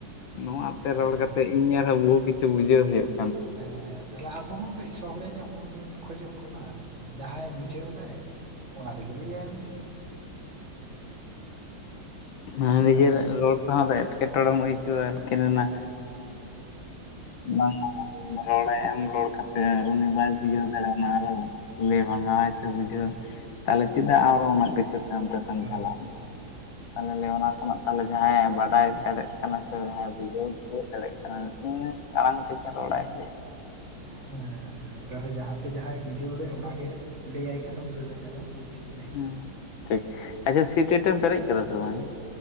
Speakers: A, on the left (about 70°); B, on the right (about 35°).
A: ᱱᱚᱣᱟᱛᱮ
B: ᱦᱮᱸ
A: ᱨᱚᱲ ᱠᱟᱛᱮ ᱤᱧ ᱟᱨ ᱦᱚᱸ ᱵᱩᱦᱩ ᱠᱤᱪᱷᱩ ᱵᱩᱡᱷᱟᱹ ᱦᱩᱭᱩᱜᱼᱟ।
B: ᱦᱮᱸ ᱛᱟᱦᱟᱞᱮ ᱟᱵᱚ ᱦᱚᱸ ᱠᱟᱹᱡ ᱥᱚᱦᱞᱮ ᱧᱚᱜ ᱵᱚᱱ ᱠᱷᱚᱡᱚᱜ ᱠᱟᱱᱟ ᱡᱟᱸᱦᱟᱭ ᱵᱩᱡᱷᱟᱹ ᱵᱩᱡᱷᱟᱹᱣ ᱫᱟᱭ ᱚᱱᱟ ᱛᱮᱜᱮ ᱞᱟᱹᱭ ᱟᱭ ᱢᱮ।
A: ᱦᱮᱸ ᱱᱤᱡᱮᱨᱟᱜ
B: ᱟᱫᱚ ᱦᱮᱸ
A: ᱨᱚᱲ ᱠᱚᱦᱚᱸ ᱮᱴᱠᱮᱴᱚᱬᱮᱢ ᱟᱹᱭ ᱠᱟᱹᱣ-ᱟ ᱩᱱᱠᱤᱱ ᱚᱱᱟ ᱵᱟᱝᱢᱟ ᱨᱚᱲ ᱟᱭᱟᱢ ᱨᱚᱲ ᱠᱟᱛᱮᱫ ᱩᱱᱤ ᱵᱟᱭ ᱵᱩᱡᱷᱟᱹᱣ ᱫᱟᱲᱮᱭᱟᱜ-ᱟ ᱟᱨᱚ ᱞᱟᱹᱭ ᱵᱷᱟᱜᱟᱣ ᱟᱭᱛᱮ ᱵᱩᱡᱷᱟᱹᱣ ᱛᱟᱦᱚᱞᱮ ᱪᱮᱫᱟᱜ ᱟᱨ ᱩᱱᱟᱹᱜ ᱠᱤᱪᱷᱩ ᱛᱟᱭᱚᱢ ᱛᱮᱛᱮᱢ
B: ᱦᱳᱭ
A: ᱪᱟᱞᱟᱜᱼᱟ।
B: ᱦᱳᱭ᱾
A: ᱛᱟᱦᱚᱞᱮ ᱞᱟᱹᱭᱟ ᱚᱱᱟ ᱠᱷᱚᱱᱟᱜ ᱛᱟᱦᱚᱞᱮ ᱡᱟᱸᱦᱟᱭ ᱮ ᱵᱟᱰᱟᱭ ᱫᱟᱲᱮᱭᱟᱜ ᱠᱟᱱᱟ ᱥᱮ ᱡᱟᱦᱟᱸᱭ ᱵᱩᱡᱷᱟᱹᱣ ᱛᱤᱭᱳ ᱫᱟᱲᱮᱭᱟᱜ ᱠᱟᱱᱟ ᱚᱱᱤ ᱫᱚ ᱤᱱᱟ ᱟᱲᱟᱝ ᱛᱮᱜᱮ ᱨᱚᱲ ᱟᱭ ᱦᱩᱭᱩᱜ-ᱟ।
B: ᱦᱮᱸ ᱛᱟᱦᱚᱞᱮ ᱡᱟᱸᱦᱟ ᱛᱮ ᱡᱟᱸᱦᱟᱭ ᱵᱩᱡᱷᱟᱹᱣ ᱫᱟᱭ ᱚᱱᱟᱜᱮ ᱞᱟᱹᱭᱟᱭ ᱠᱷᱟᱱ ᱩᱥᱟᱹᱨᱟ ᱦᱟᱜ ᱮ ᱵᱩᱡ ᱠᱮᱫᱟ।
A: ᱦᱮᱸ ᱴᱷᱤᱠ ᱟᱪᱪᱷᱟ ᱥᱤ ᱴᱮᱴ ᱮᱢ ᱯᱮᱨᱮᱡᱽ ᱠᱟᱫᱟ ᱥᱮ ᱵᱟᱝ ᱭᱟ?